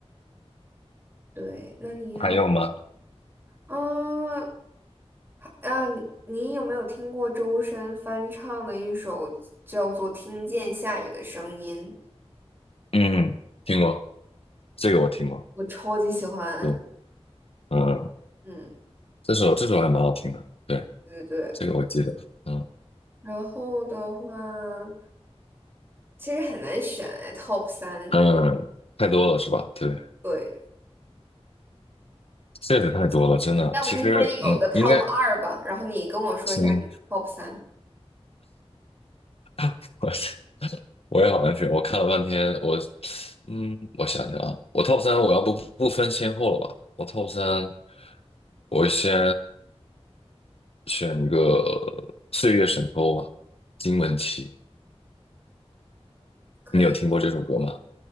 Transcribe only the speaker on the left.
还有吗？
嗯，听过这个我听过，
对，嗯，
这首这首还蛮好听的，对，
这个我记得，嗯
嗯，太多了是吧？对，
这个太多了，真的。
其实，嗯，
应该，
行，
<laughs> 我。我也好难选。我看了半天，我嗯，我想想啊，我 top 三我要不不分先后了吧？我 top 三，我先选一个《岁月神偷》吧，金玟岐。
你有听过这首歌吗？